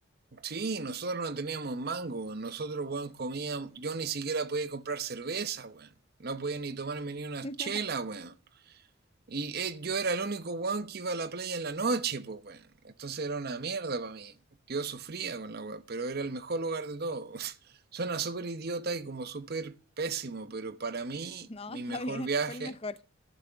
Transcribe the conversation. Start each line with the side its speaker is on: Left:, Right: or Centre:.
Right: Sí, nosotros no teníamos mango, nosotros, weón, comíamos, yo ni siquiera podía comprar cerveza, weón. No podía ni tomarme ni una
Left: <laughs>
Right: chela, weón. Y eh, yo era el único weón que iba a la playa en la noche, pues, weón. Entonces era una mierda para mí. Yo sufría con la weón, pero era el mejor lugar de todo. <laughs> Suena súper idiota y como súper pésimo, pero para mí,
Left: No,
Right: mi
Left: está
Right: mejor
Left: bien,
Right: viaje
Left: fue el mejor.